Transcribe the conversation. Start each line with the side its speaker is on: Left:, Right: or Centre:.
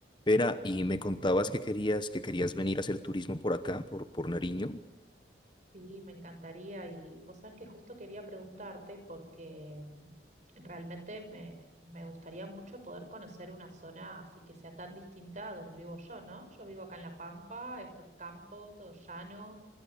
Left: Vera, y me contabas que querías, que querías venir a hacer turismo por acá, por, por Nariño.
Right: Sí, me encantaría y vos sabés que justo quería preguntarte porque mm, realmente me, me gustaría mucho poder conocer una zona así que sea tan distinta a donde vivo yo, ¿no? Yo vivo acá en La Pampa, esto es campo, todo llano,